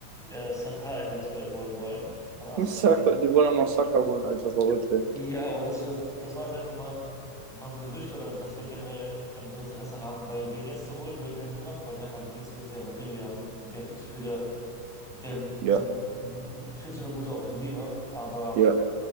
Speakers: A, in the centre; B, on the right.
A: äh, Saka eventuell holen wollen von
B: <laughs>
A: Arsenal.
B: Saka, die wollen auch noch Saka holen, alter Verrückte.
A: Ja, aber das, wird- das war jetzt einfach mal, mal so Gerüchte oder dass wir generell ähm, so Interesse haben, weil den jetzt zu holen würde keinen Sinn machen, weil die haben halt Vinicius, die haben Rodrigo, die haben, die haben viel zu viele, die haben,
B: Ja,
A: die haben n- viel zu eine gute Offensive, aber
B: ja,